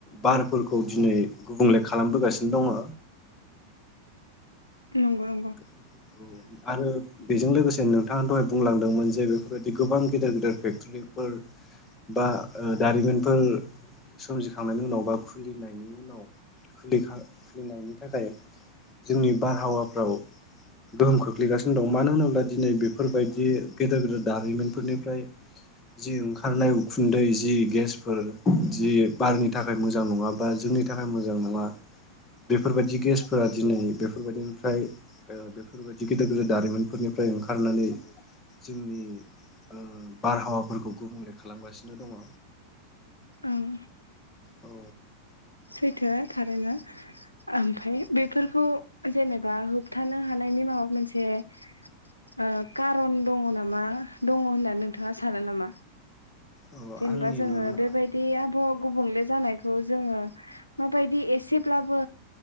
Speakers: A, on the left; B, on the left.
A: बारफोरखौ दिनै गुबुंले खालामबोगासिनो दङो
B: नंगौ नंगौ
A: औ आरो बेजों लोगोसे नोंथाङा दहाय बुंलांदोंमोन जे बेफोरबायदि गोबां गेदेर गेदेर फेक्टरिफोर बा दारिमिनफोर सोमजिखांनायनि उनाव बा खुलिनायनि उनाव खुलिनायनि थाखाय जोंनि बारहावाफ्राव गोहोम खोख्लैगासिनो दं मानो होनोब्ला दिनै बेफोरबायदि गेदेर गेदेर दारिमिनफोरनिफ्राय जि ओंखारनाय उखुन्दै जि गेसफोर जि बारनि थाखाय मोजां नङा बा जोंनि थाखाय मोजां नङा बेफोरबायदि गेसफोरा दिनै बेफोरबायदिनिफ्राय ओ बेफोरबायदि गेदेर गेदेर दारिमिनफोरनिफ्राय ओंखारनानै जोंनि ओ बारहावाफोरखौ गुबुंले खालामगासिनो दङ।
B: ओं
A: औ
B: सैथोआ थारैनो ओमफ्राय बेफोरखौ जेनेबा होबथानो हानायनि माबा मोनसे ओ कारन दङ नामा दङ होननानै नोंथाङा सानो नामा?
A: औ
B: जेनेबा
A: आंनि
B: जोङो
A: नुनो
B: बेबायदि आबहावा गुबुंले जानायखौ जोङो माबायदि एसेब्लाबो